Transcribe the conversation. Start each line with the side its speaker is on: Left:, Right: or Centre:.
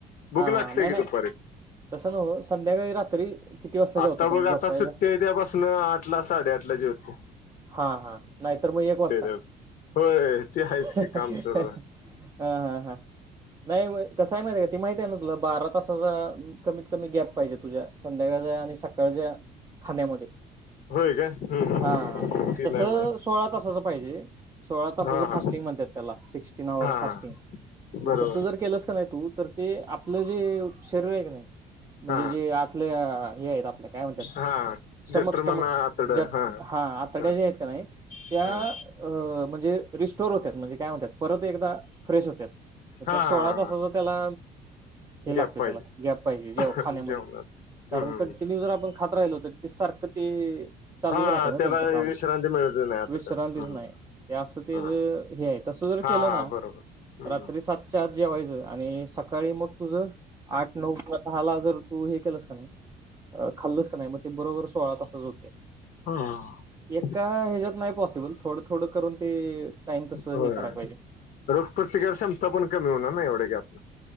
Left: भूक
Right: हा.
Left: लागते
Right: हा. नाही
Left: की
Right: नाही,
Left: दुपारी
Right: तसं न्हवं, संध्याकाळी रात्री किती वाजता जेवता
Left: आता
Right: तुम्ही
Left: बग
Right: झोपायच्या?
Left: आता सुट्टी आहे त्यापासन आठला साडेआठला जेवतोय
Right: हा हा नाहीतर मग एक वाजता
Left: तेव्हा होय ते आहेच
Right: हे
Left: की
Right: हे
Left: काम
Right: हे
Left: सुरू
Right: हे
Left: झालं.
Right: हा हा हा नाही होय कसंय माहिती आहे का ती माहती आहे ना तुला बारा तासाचा कमीत कमी गॅप पाहिजे तुझ्या संध्याकाळचा आणि सकाळच्या खाण्यामध्ये
Left: होय काय हम्म
Right: हा
Left: ते
Right: तसं
Left: नाही माहित
Right: सोळा तासाचं पाहिजे सोळा तासाचं
Left: हा हा
Right: फास्टिंग म्हणत्यात त्याला सिक्सटीन हवर
Left: हा
Right: फास्टिंग
Left: हा बरोबर
Right: मग तसं जर केलंस का नाही तू तर ते आपलं जे शरीर आहे कि नाही म्हणजे
Left: हा
Right: जे आतल्या अ हे आहेत आप त्याला काय म्हणत्यात
Left: हा
Right: स्टमक
Left: जठर
Right: स्टमक
Left: म्हणा आतड
Right: जट हा आ तड्या
Left: हा
Right: जे आहेत का नाही त्या
Left: हा हा
Right: अ म्हणजे रिस्टोर होतात म्हणजे काय म्हणत्यात परत एकदा फ्रेश होत्यात म त्या
Left: हा
Right: सोळा तासाचं त्याला हे
Left: गॅप
Right: लागतं
Left: पाहिजे
Right: त्याला गॅप पाहिजे जेव खाण्यामध्ये
Left: जेवणाच
Right: कारण
Left: हम्म
Right: कंटिन्यू जर आपण खात राहिलो तर ते सारखं ते चालूचं
Left: हा
Right: राहतंय ना
Left: त्याला
Right: त्यांचं काम
Left: विश्रांती मिळत नाही आता
Right: विश्रांतीच
Left: तर हम्म.
Right: नाही हे असं तेज
Left: हा
Right: हे आहे तसं जर
Left: हा
Right: केलं
Left: हा
Right: ना
Left: बरोबर हम्म.
Right: रात्री सातच्या आ जेवायचं आणि सकाळी मग तुझं आठ नऊ किंवा दहाला जर तू हे केलस का नाही अ खाल्लसं का नाही मग ते बरोबर सोळा तासाचं होतंय
Left: हा
Right: एका ह्याच्यात नाही पॉसिबल थोडं थोडं करून ते टाइम तसं
Left: होय
Right: हे करायला
Left: होय
Right: पाहिजे
Left: रोगप्रतिकार क्षमता पण कमी होणार ना एवढ्या गॅप न